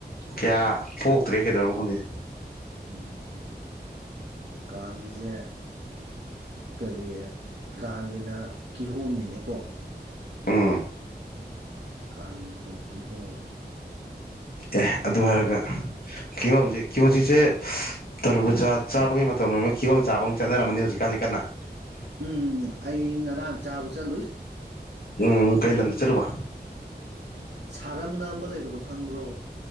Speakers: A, on the left (about 60°); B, on the right (about 65°).
A: ꯀꯌꯥ ꯄꯣꯛꯇ꯭ꯔꯦ ꯀꯩꯗꯧꯔꯝ ꯃꯣ ꯈꯪꯗꯦ
B: ꯎꯝ ꯎꯝ ꯎꯝ ꯀꯥꯡꯒꯤꯁꯦ ꯀꯔꯤ ꯀꯥꯡꯒꯤꯅ ꯀꯤꯍꯣꯝꯅꯤꯅꯦꯀꯣ
A: ꯎꯝ
B: ꯀꯥꯡꯒꯤꯅ ꯀꯤꯍꯣꯝ
A: ꯑꯦ
B: ꯑꯗꯩꯩ
A: ꯑꯗꯨ ꯍꯥꯏꯔꯒ ꯀꯤꯍꯣꯝꯁꯦ ꯀꯤꯍꯣꯝ ꯍꯧꯖꯤꯛ ꯁꯦ ꯇ꯭ꯔꯕꯨꯖꯥ ꯆꯥꯕꯒꯤ ꯃꯇꯝ ꯂꯣꯏꯔꯥ ꯀꯤꯍꯣꯝ ꯆꯥꯕ ꯑꯃꯨꯛ ꯆꯠꯅꯔꯝꯃꯅꯤ ꯍꯧꯖꯤꯛꯀꯥꯟꯗꯤ ꯀꯟꯅ
B: ꯎꯝ ꯑꯩ ꯉꯔꯥꯡ ꯆꯥꯕ ꯆꯠꯂꯨꯏ
A: ꯎꯝ ꯀꯩ ꯂꯝꯗ ꯆꯠꯂꯨꯕ
B: ꯁꯥꯔꯝꯅ ꯑꯃ ꯂꯩꯕꯗꯣ ꯈꯪꯕ꯭ꯔꯣ